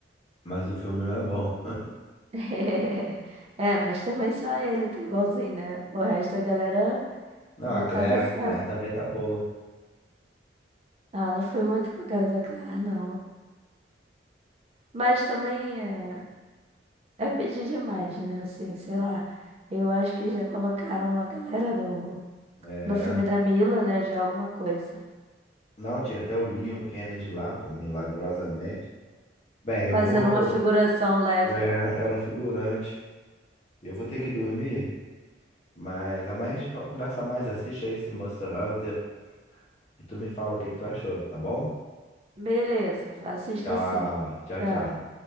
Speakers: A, on the left; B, on the right.
A: Mas o filme não é bom. <laughs>
B: <laughs> É, mas também só ele tá igualzinho, né? O resto da galera
A: Não,
B: não
A: a Claire,
B: tá descendo.
A: Claire também tá boa.
B: Ah, não foi muito com a cara da Claire, não. Mas também é, é pedir demais, né? Assim, sei lá. Eu acho que já colocaram a galera no,
A: É.
B: no filme da Mila, né? Já é alguma coisa.
A: Não, tinha até o Leon Kennedy lá, pô, milagrosamente. Bem, eu
B: Fazendo
A: vou.
B: uma figuração leve,
A: É,
B: né?
A: era um figurante. Eu vou ter que dormir. Mas amanhã a gente fa- conversa mais, assiste aí esse Monster Hunter e tu me fala o que que tu achou, tá bom?
B: Beleza, assisto
A: Tchau,
B: sim.
A: tchau,
B: Tchau.
A: tchau.